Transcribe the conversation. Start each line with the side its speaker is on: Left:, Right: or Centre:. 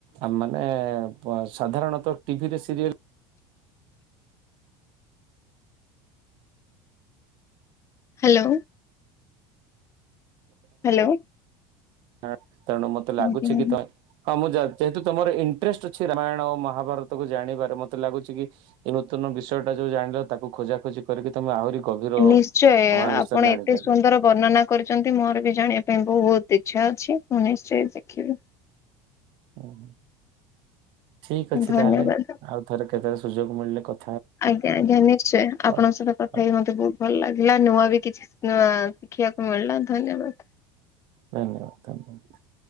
Right: ଆମେ ମାନେ ସାଧାରଣତଃ ଟିଭିରେ ସିରିଏଲ
Left: ହ୍ୟାଲୋ, ହ୍ୟାଲୋ,
Right: ହଁ ତାରଣୁ ମତେ ଲାଗୁଛି
Left: ଆଜ୍ଞା।
Right: କି ତମେ ହଁ ମୁଁ ଯା ଯେହେତୁ ତମର ଇଣ୍ଟରେଷ୍ଟ ଅଛି ରାମାୟଣ ଓ ମହାଭାରତକୁ ଜାଣିବାରେ ମତେ ଲାଗୁଛି କି ଏ ନୂତନ ବିଷୟଟା ଯୋଉ ଜାଣିଲ ତାକୁ ଖୋଜାଖୋଜି କରିକି ତମେ ଆହୁରି ଗଭୀର
Left: ନିଶ୍ଚୟ
Right: ତମେ ଏ ବିଷୟରେ
Left: ଆପଣ
Right: ଜାଣିପାରିବ
Left: ଏତେ ସୁନ୍ଦର ବର୍ଣ୍ଣନା କରିଛନ୍ତି ମୋର ବି ଜାଣିବା ପାଇଁ ବହୁତ ଇଚ୍ଛା ଅଛି । ମୁଁ ନିଶ୍ଚୟ ଦେଖିବି ।
Right: ଓହ ଠିକ ଅଛି
Left: ଧନ୍ୟବାଦ।
Right: ତାହେଲେ ଆଉ ଥରେ କେତେବେ ସୁଯୋଗ ମିଳିଲେ କ
Left: ଆଜ୍ଞା ଆଜ୍ଞା ନିଶ୍ଚୟ ଆପଣଙ୍କ
Right: ହଉ
Left: ସହିତ କଥା ହେଇି ମତେ ବହୁତ ଭଲ ଲାଗ ନୂଆ ବି କିଛି ନୂଆ ଶିଖିବାକୁ ମିଳିଲା ଧନ୍ୟବାଦ ।
Right: ଧନ୍ୟବାଦ ଧନ୍ୟବାଦ ।